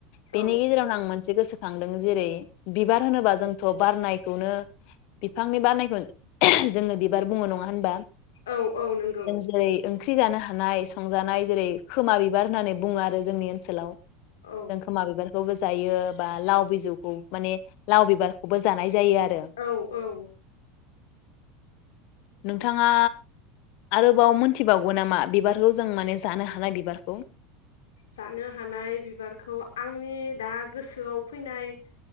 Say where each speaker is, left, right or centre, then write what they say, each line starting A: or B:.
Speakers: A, on the left (about 75°); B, on the left (about 55°).
A: औ
B: बेनि गेजेरावनो आं मोनसे गोसो दों जेरै बिबार होनोबा जोंथ बारनायखौनो बिफांनि बारनायखौनो जोङो बिबार बुङो नङा होनबा?
A: औ औ नोंगौ
B: जों जेरै ओंख्रि जानो हानाय संजानाय जेरै खोमा बिबार होननानै बुङो आरो जोंनि ओनसोलाव। <inaudible>
A: औ
B: जों खोमा बिबार खौबो जायो बा लाव बिजौखौ माने लाव बिबारखौबो जानाय जायो आरो
A: औ औ
B: नोंथाङा आरोबाव मोनथिबावगो नामा बिबारखौ जों माने जानो हानाय बिबारखौ?
A: जानो हानाय बिबारखौ आंनि दा गोसोआव फैनाय